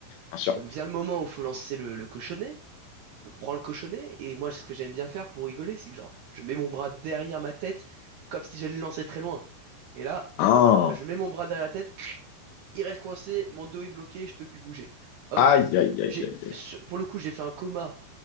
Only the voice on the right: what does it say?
Donc vient le moment où faut lancer le, le cochonnet. Je prends le cochonnet et moi ce que j'aime bien faire pour rigoler, c'est que genre je mets mon bras derrière ma tête comme si j'allais le lancer très loin. Et là,
je mets mon bras derrière la tête il reste coincé, mon dos est bloqué, je peux plus bouger. Hop,
j'ai,
pour le coup, j'ai fait un coma